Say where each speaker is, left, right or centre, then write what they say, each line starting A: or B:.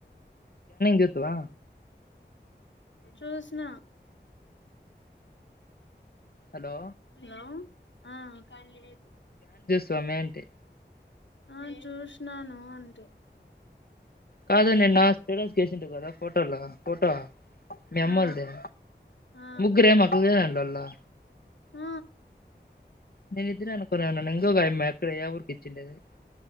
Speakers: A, on the left; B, on the left.
A: చూస్తావా
B: చూసిన
A: హలో
B: హలో ఆ క్క లేదు
A: సమే అంటి
B: ఆ చూసినాను అంటే
A: కాదు నిన్న స్టేటస్ కేసుంటివి కదా ఫోటోలు ఫోటో మీ అమ్మల్దీ
B: ఆ ఆ
A: ముగ్గురే మా <unintelligible> అ
B: ఆ
A: నేను ఇద్దరే అనుకోనేన్నను ఇంకొకమే అమ్మె ఎక్కడ ఎ ఊరికి చుండరు